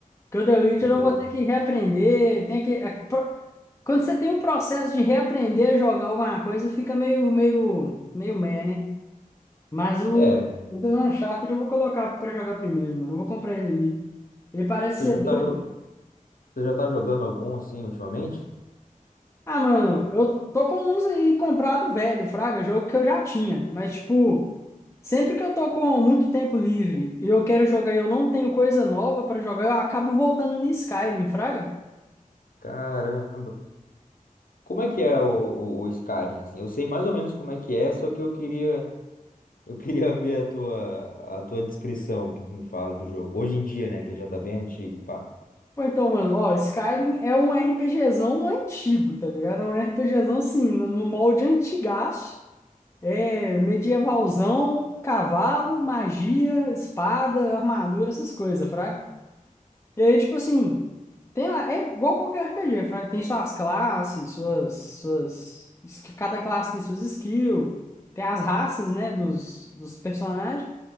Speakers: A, on the left; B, on the left.
A: Porque o The Witcher
B: Boa.
A: eu vou ter que reaprender. Tem que, é, pro- Quando você tem o processo de reaprender a jogar alguma coisa, fica meio, meio, meio meh, né? Mas o,
B: É,
A: o do Uncharted eu vou colocar pra jogar primeiro, mano. Eu vou comprar ele ali. Ele parece
B: você
A: ser
B: já tá,
A: doido.
B: jo- você já tá jogando algum, assim, ultimamente?
A: Ah, mano, eu tô com uns aí comprado velho, fraga, jogo que eu já tinha. Mas, tipo. Sempre que eu tô com muito tempo livre e eu quero jogar e eu não tenho coisa nova pra jogar, eu acabo voltando em Skyrim, fraga?
B: Caramba. Como é que é o, o, o Skyrim, assim? Eu sei mais ou menos como é que é, só que eu queria eu queria <laughs> ver a tua a tua descrição que tu me fala do jogo. Hoje em dia, né, que ele já tá bem antigo, pá.
A: Pô, então, mano, ó, Skyrim é um RPGzão antigo, tá ligado? É um RPGzão, assim, no no molde antigaço. É medievalzão, cavalo, magia, espada, armadura, essas coisas, fraga? E aí, tipo assim. Tem lá, é igual qualquer RPG, Fraga. Tem suas classes, suas, suas. sk- Cada classe tem suas skills, tem as raças, né, dos, dos personagens.